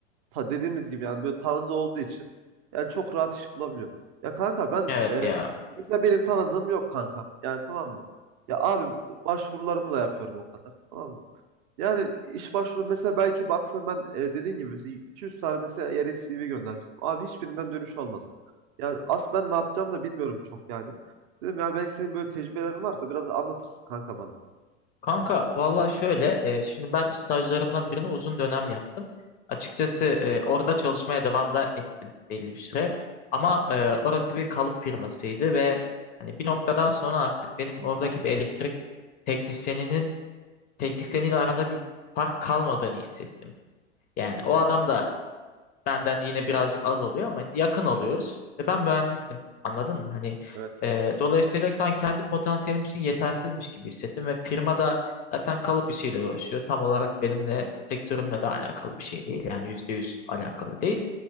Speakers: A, on the right; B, on the left.
A: ta dediğimiz gibi yani böyle tanıdığı olduğu için yani çok rahat iş bulabiliyor. Ya kanka ben
B: Evet
A: e,
B: ya.
A: mesela benim tanıdığım yok kanka. Yani tamam mı? Ya abi başvurularımı da yapıyorum o kadar. Tamam mı? Yani iş başvuru mesela belki baksan ben e, dediğin gibi mesela 200 tane mesela yere CV göndermiştim. Abi hiçbirinden dönüş olmadı. Yani aslında ben ne yapacağım da bilmiyorum çok yani. Dedim ya belki senin böyle tecrübelerin varsa biraz anlatırsın kanka bana.
B: Kanka valla şöyle e, şimdi ben stajlarımdan birini uzun dönem yaptım. Açıkçası e, orada çalışmaya devam da ettim belli bir süre. Ama e, orası bir kalıp firmasıydı ve hani bir noktadan sonra artık benim oradaki bir elektrik teknisyeninin teknisyeniyle aramda bir fark kalmadığını hissettim. Yani
A: Hı hı.
B: o adam da benden yine birazcık az alıyor ama yakın alıyoruz. Ve ben mühendisim. Anladın mı? Hani
A: Evet.
B: e, dolayısıyla sanki kendi potansiyelim için yetersizmiş gibi hissettim ve firma da zaten kalıp işiyle uğraşıyor. Tam olarak benimle sektörümle de alakalı bir şey değil. Yani yüzde yüz alakalı değil.